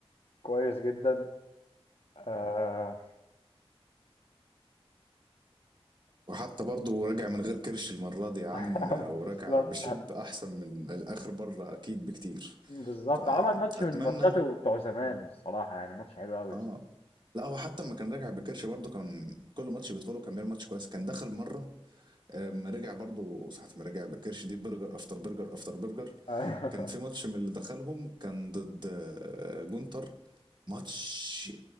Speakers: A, on the left; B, on the right.
A: كويس جدا آه
B: وحتى برضه راجع من غير كرش المرة دي يا عم
A: <laughs>
B: وراجع
A: بالظبط
B: بشيب احسن من الاخر بره اكيد بكتير
A: بالظبط
B: فاتمنى
A: عمل ماتش من ماتشاته بتوع زمان الصراحة يعني ماتش حلو قوي
B: اه لا هو حتى لما كان راجع بكرش برضه كان كل ماتش بيدخله كان بيعمل ماتش كويس كان دخل مره اما رجع برضه ساعة ما رجع بكرش دي برجر افتر برجر افتر برجر
A: <laughs> اه
B: كان في ماتش من اللي دخلهم كان ضد آه، جونتر ماتش